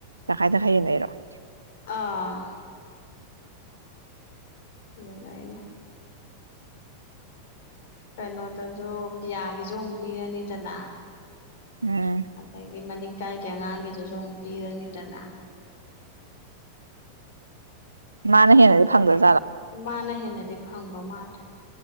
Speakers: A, on the right; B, on the left.
A: ꯆꯥꯏꯗ ꯈꯥꯏꯌꯦꯅꯔꯣ <unintelligible>
B: ꯑꯥ <unintelligible> <inaudible> ꯌꯦꯅꯏꯩꯅ <unintelligible> ꯀꯩꯅꯣꯗꯁꯨ ꯄꯤꯌꯥꯒꯤꯁꯨ ꯑꯃꯨꯛ ꯄꯤꯔꯅꯤꯗꯅ
A: ꯎꯝ
B: ꯑꯗꯒꯤ ꯃꯅꯤꯡꯀꯥꯏꯒꯤ ꯑꯉꯥꯡꯒꯤꯗꯨꯁꯨ ꯑꯃꯨꯛ ꯄꯤꯔꯅꯤꯗꯅ
A: ꯃꯥꯥꯟ ꯍꯦꯅꯗꯤ ꯐꯪꯗꯣꯏ
B: ꯃꯥꯅ ꯍꯦꯟꯅꯗꯤ ꯐꯪꯕ ꯃꯥꯜꯂꯦ